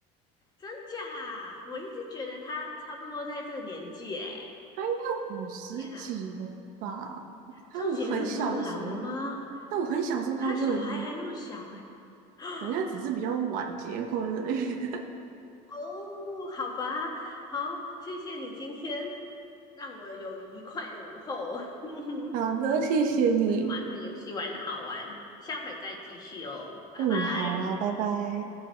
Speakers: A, on the left (about 25°); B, on the right (about 60°).
A: 真假？我一直觉得他差不多在这个年纪，诶，
B: 他应该五十几了吧？
A: 天哪，
B: 他我很小的时候就，
A: 周杰伦那么老了吗？
B: 但我很小的时候他就已经，
A: 他小孩还那么小，诶，<gasps>
B: 人家只是比较晚结婚而已。
A: 哦，好吧，好，谢谢你今天让我有愉快的午后，<laughs> 玩
B: <laughs> 好的，谢谢你。
A: 玩这个游戏玩的好玩，下回再继续哦，拜拜。
B: 嗯，好啊，拜拜。